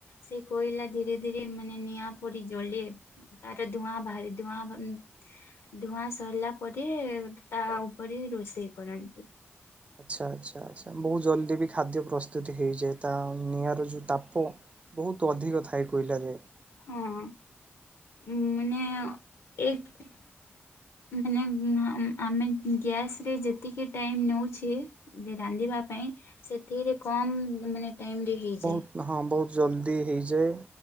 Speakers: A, on the left; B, on the right.
A: ସେ କୋଇଲା ଧୀରେ ଧୀରେ ମାନେ ନିଆଁ ପରି ଜଳେ ତାର ଧୂଆଁ ବାହାରେ ଧୂଆଁ ଧୂଆଁ ସରିଲା ପରେ ତା ଉପରେ ରୋଷେଇ କରନ୍ତି।
B: ଆଛା ଆଛା ଆଛା, ବହୁତ ଜଲଦି ବି ଖାଦ୍ୟ ପ୍ରସ୍ତୁତ ହେଇଯାଏ, ତା ନିଆର ଯୋଉ ତାପ ବହୁତ ଅଧିକ ଥାଏ କୋଇଲ ରେ
A: ହଁ ଅ ଉ ମାନେ ଏକ ମାନେ ଆମେ ଗ୍ୟାସ ରେ ଯେତିକି ଟାଇମ ନେଉଛେ ରାନ୍ଧିବା ପାଇଁ, ସେଥିରେ କମ ମାନେ ଟାଇମ ରେ ହେଇଯାଏ।
B: ବହୁତ ହଁ ବହୁତ ଜଲ୍ଦି ହେଇଯାଏ।